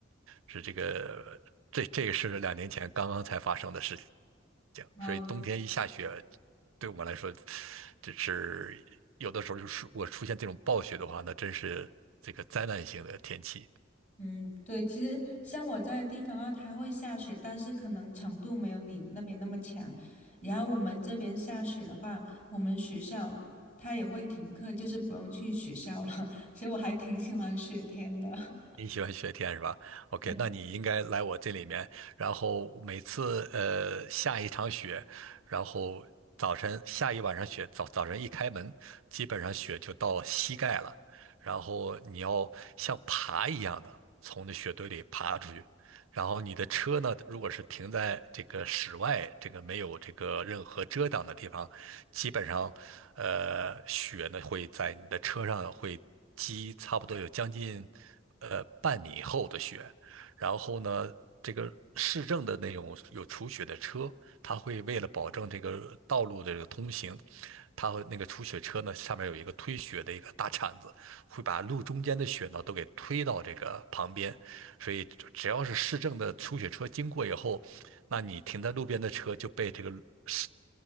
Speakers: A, on the right; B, on the left.
A: 是这个这这个是两年前刚刚才发生的事情，
B: 哇哦
A: 所以冬天一下雪，对我们来说，这是有的时候就是我出现这种暴雪的话，那真是这个灾难性的天气。
B: 嗯，对，其实像我在的地方的话，它会下雪，但是可能程度没有你那边那么强。然后我们这边下雪的话，我们学校它也会停课，就是不用去学校了。<laughs> 所以我还挺喜欢雪天的。<laughs>
A: 你喜欢雪天是吧？OK，
B: 对，
A: 那你应该来我这里面，然后每次呃下一场雪，然后早晨下一晚上雪，早早晨一开门，基本上雪就到膝盖了，然后你要像爬一样的从那雪堆里爬出去，然后你的车呢，如果是停在这个室外，这个没有这个任何遮挡的地方，基本上，呃，雪呢会在你的车上会积差不多有将近呃半米厚的雪，然后呢，这个市政的那种有除雪的车，它会为了保证这个道路的这个通行，它会那个除雪车呢上面有一个推雪的一个大铲子，会把路中间的雪呢都给推到这个旁边，所以只要是市政的出雪车经过以后，那你停在路边的车就被这个市